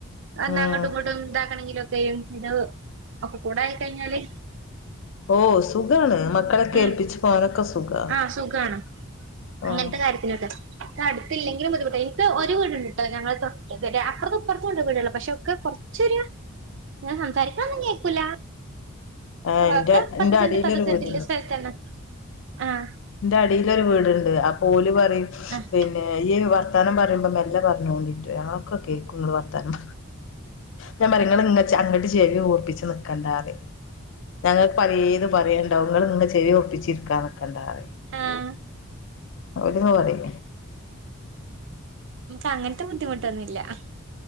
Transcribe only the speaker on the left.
ഉം
ഓ സുഖാണ് മക്കളെ ഒക്കെ
ഏൽപ്പിച്ച് പോകാനൊക്കെ സുഖാ
ആഹ്
ആ എന്റെ
എന്റെ
അടിയിലൊരു
വീടുണ്ട്
എന്റെ അടീല് ഒരു വീടുണ്ട് അപ്പം ഓല് പറ
പിന്നെ ഈ വർത്താനം പറയുമ്പോ മെല്ലെ പറഞ്ഞൊണ്ടിട്ട് ഞ ക്കു കേക്കൂന്ന് വർത്താനം ഞാൻ പറയും ഇങ്ങള് ഇങ്ങ് ചെ അങ്ങോട്ട് ചേവികുർപ്പിച്ച് നി കണ്ടാന്ന് ഞങ്ങൾ പലേത് പറയേണ്ടവും ഇങ്ങള് ഇങ്ങെ ചെവി കുർപ്പിച്ചിരിക്കാനിക്കണ്ടാന്ന്
അവിടുന്ന് പറയും